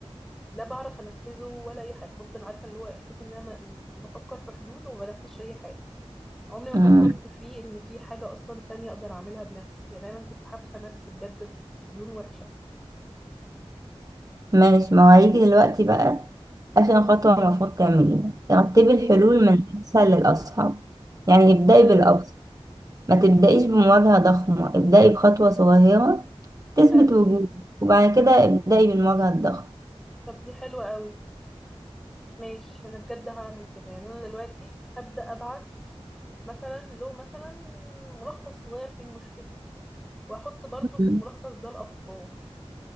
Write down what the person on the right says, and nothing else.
امم
ماشي ما هو هيجي دلوقتي بقى آخر خطوة المفروض تعمليها رتبي الحلول
من أسهل للأصعب يعني ابدأي
بالأبسط ما تبدأيش بمواجهة ضخمة ابدأي بخطوة صغيرة تثبت
وجودك وبعد كده ابدأي بالمواجهة الضخمة
مم.